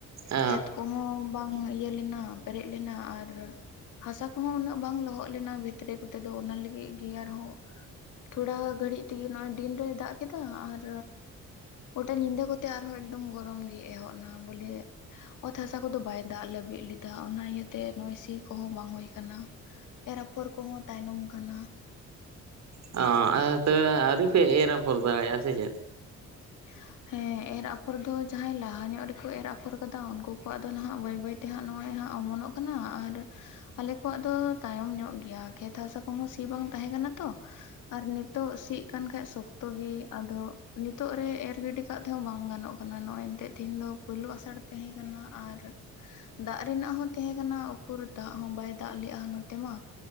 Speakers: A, on the right; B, on the left.
A: ᱚ
B: ᱠᱷᱮᱛ ᱠᱚᱦᱚᱸ ᱵᱟᱝ ᱤᱭᱟᱹ ᱞᱮᱱᱟ ᱯᱮᱨᱮᱡ ᱞᱮᱱᱟ ᱟᱨ ᱦᱟᱥᱟ ᱠᱚᱦᱚᱸ ᱩᱱᱟᱹᱜ ᱵᱟᱝ ᱞᱚᱦᱚᱫ ᱞᱮᱱᱟ ᱵᱷᱤᱛᱨᱤ ᱠᱚᱛᱮ ᱫᱚ ᱚᱱᱟ ᱞᱟᱹᱜᱤᱫ ᱜᱮ ᱟᱨᱦᱚᱸ ᱛᱷᱚᱲᱟ ᱜᱷᱟᱹᱲᱤᱡ ᱛᱮᱜᱮ ᱱᱚᱜ-ᱚᱭ ᱫᱤᱱ ᱨᱮ ᱫᱟᱜ ᱠᱮᱫᱟ ᱟᱨ ᱜᱚᱴᱟ ᱧᱤᱫᱟᱹ ᱠᱚᱛᱮ ᱟᱨᱦᱚᱸ ᱮᱠᱫᱚᱢ ᱜᱚᱨᱚᱢ ᱜᱮ ᱮᱦᱚᱵ ᱱᱟ ᱵᱚᱞᱮ ᱚᱛ ᱦᱟᱥᱟ ᱠᱚᱫᱚ ᱵᱟᱭ ᱫᱟᱜ ᱞᱟᱹᱵᱤᱫ ᱞᱮᱫ ᱫᱟ ᱚᱱᱟ ᱤᱭᱟᱹᱛᱮ ᱱᱚᱜᱼᱚᱭ ᱥᱤ ᱠᱚᱦᱚᱸ ᱵᱟᱝ ᱦᱩᱭ ᱠᱟᱱᱟ, ᱮᱨ ᱟᱯᱷᱚᱨ ᱠᱚᱦᱚᱸ ᱛᱟᱭᱱᱚᱢ ᱠᱟᱱᱟ᱾
A: ᱚ ᱟᱫᱚ ᱛᱚᱵᱮ ᱟᱣᱨᱤ ᱯᱮ ᱮᱨ ᱟᱯᱷᱚᱨ ᱫᱟᱲᱮᱜ-ᱟ ᱥᱮ ᱪᱮᱫ?
B: <unintelligible> ᱦᱮᱸ ᱮᱨ ᱟᱯᱷᱚᱨ ᱫᱚ ᱡᱟᱦᱟᱸᱭ ᱞᱟᱦᱟ ᱧᱚᱜ ᱨᱮᱠᱚ ᱮᱨ ᱟᱯᱷᱚᱨ ᱠᱟᱫᱟ ᱩᱱᱠᱩ ᱠᱚᱣᱟᱜ ᱫᱚ ᱱᱟᱦᱟᱜ ᱵᱟᱹᱭ ᱵᱟᱹᱭ ᱛᱮ ᱦᱟᱸᱜ ᱱᱚᱜᱼᱚᱭ ᱦᱟᱸᱜ ᱚᱢᱚᱱᱚᱜ ᱠᱟᱱᱟ ᱟᱨ ᱟᱞᱮ ᱠᱚᱣᱟᱜ ᱫᱚ ᱛᱟᱭᱚᱢ ᱧᱚᱜ ᱜᱮᱭᱟ ᱠᱷᱮᱛ ᱦᱟᱥᱟ ᱠᱚᱦᱚᱸ ᱥᱤ ᱵᱟᱝ ᱛᱟᱦᱮᱸ ᱠᱟᱱᱟ ᱛᱚ᱾ ᱟᱨ ᱱᱤᱛᱳᱜ ᱥᱤᱜ ᱠᱟᱱ ᱠᱷᱟᱡᱽ ᱥᱚᱠᱛᱚ ᱜᱮ, ᱟᱫᱚ ᱱᱤᱛᱚᱜ ᱨᱮ ᱮᱨ ᱜᱤᱰᱤ ᱠᱟᱜ ᱛᱮᱦᱚᱸ ᱵᱟᱝ ᱜᱟᱱᱚᱜ ᱠᱟᱱᱟ᱾ ᱱᱚᱜᱚᱭ ᱮᱱᱛᱮ ᱛᱮᱦᱮᱧ ᱫᱚ ᱯᱳᱭᱞᱳ ᱟᱥ ᱥᱟᱲ ᱛᱟᱦᱮᱸ ᱠᱟᱱᱟ ᱟᱨ ᱫᱟᱜ ᱨᱮᱱᱟᱜ ᱦᱚᱸ ᱛᱟᱦᱮᱸᱠᱟᱱᱟ, ᱩᱠᱩᱨ ᱫᱟᱜ ᱦᱚᱸ ᱵᱟᱭ ᱫᱟᱜ ᱞᱮᱜᱼᱟ ᱱᱚᱛᱮ ᱢᱟ᱾